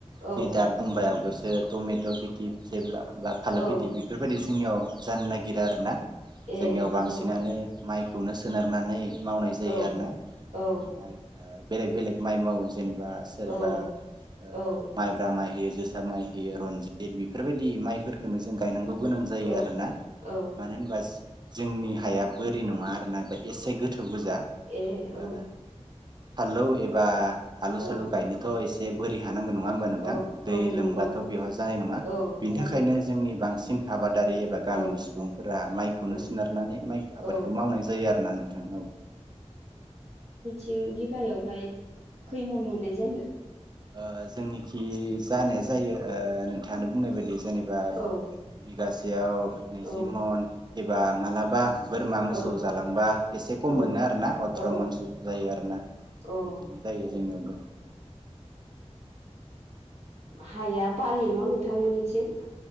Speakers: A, on the right; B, on the right.
A: औ
B: बे दाब बुंबाय अगस टमेट' खेथि जेब्ला बा
A: औ
B: फालु खेथि बेफोरबायदि। जोंनियाव जानो नागिरा आरो ना। जोंनियाव
A: ए
B: बांसिनानो।
A: औ
B: माइखौनो सोनारनानै। मावनाय जायो
A: औ
B: आरो ना
A: औ
B: माइ ओ बेलेग बेलेग माइ मावो जेनेबा सोरबा
A: औ
B: ओ
A: औ
B: माइब्रा माइ होयो जो टामाय। यो रनजित बेफोरबायदि माइफोरफोरखौनो जों गायनांगौ। गोनां जायो
A: औ
B: आरोना मानो होनबा ज जोंनि हाया बोरै नङा आरोना ब एसे गोथौ। थोब गोजा
A: ए औ
B: ओ फाललौ एबा आलु सालु
A: औ
B: गायनोथ' एसे। बे बोरि। हानांगौ नङा होमबा नोंथां
A: औ औ
B: दै
A: नंगौ
B: लोमबा। थ' बेह जाय नङा
A: औ
B: बिनि
A: जायो
B: थाखायनो जोंनि बांसिन। आबादारि। बे एबा
A: औ
B: गामिनि सुबुंफोरा माइखौनो
A: औ
B: सोनारनानै माइ आबादखौ
A: औ
B: मावनाय जायो आरोना नोंथां औ।
A: थिं बिगायावहाय खैमन मोननाय जायो।
B: ओ जोंनिखि जानाया
A: औ
B: जायो ओ। नोंथाङानो बुंनाय बायदि। जेनेबा
A: औ
B: बिगास। देयाव। नैजिमन।
A: औ
B: एबा मालाबा। बोरमा मोसौ
A: औ
B: जालांबा एसे खम
A: औ
B: मोनो आरोना अथ्र'
A: औ
B: मनस' जायो आरोना
A: औ
B: बिदिनो जायो
A: औ
B: जोंनियावबो औ।
A: हाया बालि न' नोंथांमोननिथिं!